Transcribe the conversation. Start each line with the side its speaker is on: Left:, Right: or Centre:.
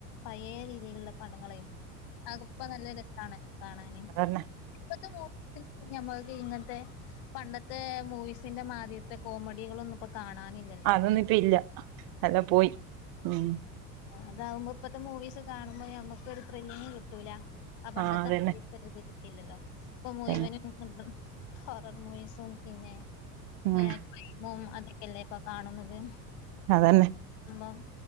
Left: പഴയ രീതിയിലുള്ള പടങ്ങള് ആഹ്പ നല്ല രസണ് കാണാന്.
Right: അതന്നെ
Left: ഇപ്പത്തെ മൂവി ഞമ്മക്ക് ഇങ്ങനത്തെ പണ്ടത്തെ മൂവിസിന്റെ മാതിരത്തെ കോമഡികളൊന്നും ഇപ്പ കാണാനില്ല
Right: അതൊന്നിപ്പയില്ല എല്ലാ പോയി ഉം
Left: അതാവുമ്പോ ഇപ്പത്തെ മൂവീസ് കാണുമ്പോ നമ്മുക്കൊരു ത്രില്ലും കിട്ടൂല ആ പണ്ടത്തെ
Right: ആഹ് അതന്നെ
Left: വെറുതെ കിട്ടില്ലല്ലോ ഇപ്പ മുഴുവനും
Right: അതന്നെ
Left: ഹൊറർ മൂവീസും പിന്നെ
Right: ഉം
Left: ഏ ക്രീമും അതൊക്കെയല്ലേ ഇപ്പൊ കാണുന്നത്.
Right: അതന്നെ
Left: മ്മം